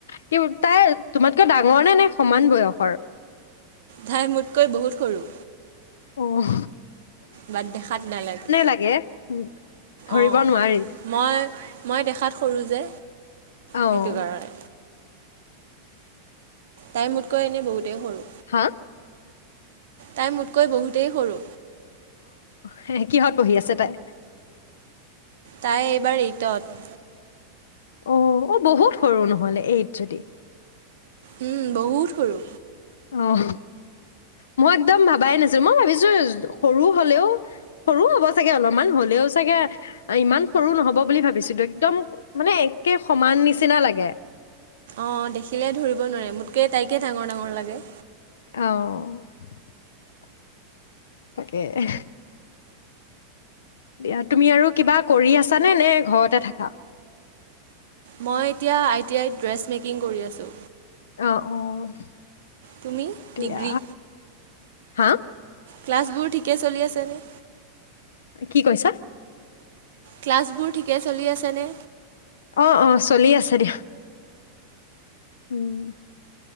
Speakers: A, on the left; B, on the right.
A: কি তাই তোমাতকৈ ডাঙৰ নে নাই সমান বয়সৰ।
B: তাই মোতকৈ বহুত সৰু।
A: অহ।
B: বাট দেখাত নালাগে
A: লাগে উম, ধৰিব
B: অ
A: নোৱাৰি।
B: মই মই দেখাত সৰু যে
A: অ',
B: সেইটো কাৰণে। তাই মোতকৈ এনেই বহুতেই সৰু।
A: হা?
B: তাই মোতকৈ বহুতেই সৰু।
A: হেহে কিহত পঢ়ি আছে তাই?
B: তাই এইবাৰ এইটত।
A: অ', অ', বহুত সৰু নহ'লে এইত যদি।
B: উম, বহুত। সৰু
A: অহ, মই একদম ভাবাই নাছিলো, মই ভাবিছো সৰু হলেও সৰু হ'ব চাগে অলপমান, হলেও চাগে ইমান সৰু নহব বুলি ভাবিছিলো, একদম মানে একে সমান নিচিনা লাগে।
B: অ', দেখিলে ধৰিব নোৱাৰে মোত কে তাইকে ডাঙৰ ডাঙৰ লাগে।
A: অ', অ', অ'। তাকে হ দিয়া তুমি আৰু কিবা কৰি আছানে, নে ঘৰতে থাকা?
B: মই এতিয়া আই টি আই ত ড্ৰেছ মেকিং কৰি আছোঁ।
A: আহ অ'।
B: তুমি
A: দিয়া
B: ডিগ্ৰী
A: হা।
B: ক্লাছবোৰ ঠিকে চলি আছেনে?
A: কি কৈছা?
B: ক্লাছবোৰ ঠিকে চলি আছেনে?
A: অ', অ', চলি আছে দে উম,